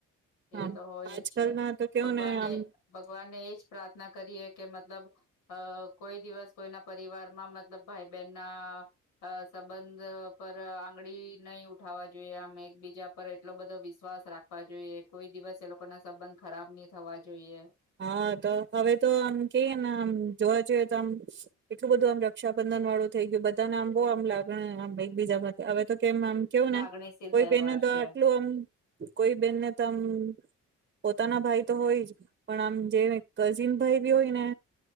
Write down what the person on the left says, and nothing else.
એ
તો હોય
જ છે,
ભગવાનને
ભગવાનને એજ પ્રાર્થના કરીએ કે, મતલબ અ કોઈ દિવસ કોઈના પરિવારમાં, મતલબ ભાઈ બહેન ના સંબંધ પર આંગળી નહી ઉઠાવવા જોઈએ. આમ એકબીજા પર એટલો બધો વિશ્વાસ રાખવા જોઈએ. કોઈ દિવસ એ લોકો ના સંબંધ ખરાબ નહી થવા જોઈએ.
લાગણીશીલ
તહેવાર
છે